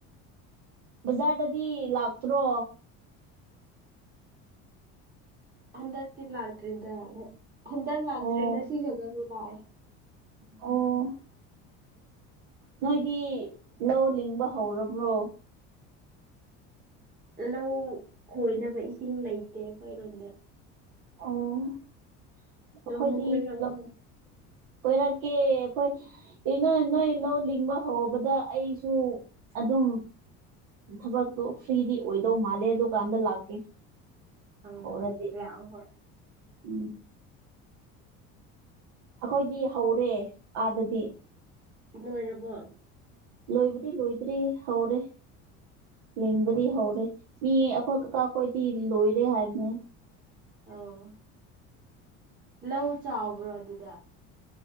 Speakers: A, on the right; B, on the right.
A: ꯕꯖꯥꯔꯗꯗꯤ ꯂꯥꯛꯇ꯭ꯔꯣ꯫
B: ꯍꯟꯗꯛꯇꯤ ꯂꯥꯛꯇ꯭ꯔꯤꯗ ꯍꯟꯗꯛ ꯂꯥꯛꯇ꯭ꯔꯦ
A: ꯑꯣ
B: ꯉꯁꯤ ꯈꯛꯇꯕꯨ ꯂꯥꯛꯑꯦ꯫
A: ꯑꯣ ꯅꯣꯏꯗꯤ ꯂꯧ ꯂꯤꯡꯕ ꯍꯧꯔꯕ꯭ꯔꯣ꯫
B: ꯂꯧ ꯈꯣꯏꯅꯕ ꯏꯁꯤꯡ ꯂꯩꯇꯦ ꯑꯩꯈꯣꯏꯔꯣꯝꯗ꯫
A: ꯑꯣ ꯑꯩꯈꯣꯏꯗꯤ
B: ꯅꯣꯡꯃ
A: ꯂꯧ꯫
B: ꯀꯣꯏꯔꯛꯎ
A: ꯀꯣꯏꯔꯛꯀꯦ ꯑꯩꯈꯣꯏ꯫ ꯏ ꯅꯣꯏ ꯅꯣꯏ ꯂꯧ ꯂꯤꯡꯕ ꯍꯧꯕꯗ ꯑꯩꯁꯨ ꯑꯗꯨꯝ꯫ ꯊꯕꯛꯇꯣ ꯐ꯭ꯔꯤꯗꯤ ꯑꯣꯏꯗꯧ ꯃꯥꯜꯂꯦ ꯑꯗꯨ ꯀꯥꯟꯗ ꯂꯥꯛꯀꯦ꯫
B: ꯎꯝ
A: ꯍꯧꯔꯗꯤ
B: ꯂꯥꯛꯑꯣ ꯍꯣꯏ꯫
A: ꯎꯝ꯫ ꯑꯩꯈꯣꯏꯗꯤ ꯍꯧꯔꯦ ꯑꯥꯗꯗꯤ꯫
B: ꯂꯣꯏꯔꯕꯣ꯫
A: ꯂꯣꯏꯕꯗꯤ ꯂꯣꯏꯗ꯭ꯔꯤ ꯍꯧꯔꯦ꯫ ꯂꯤꯡꯕꯗꯤ ꯍꯧꯔꯦ ꯃꯤ ꯑꯩꯈꯣꯏ ꯀꯀꯥꯈꯣꯏꯗꯤ ꯂꯣꯏꯔꯦ ꯍꯥꯏꯕꯅꯦ꯫
B: ꯑꯣ ꯂꯧ ꯆꯥꯎꯕ꯭ꯔꯣ ꯑꯗꯨꯗ꯫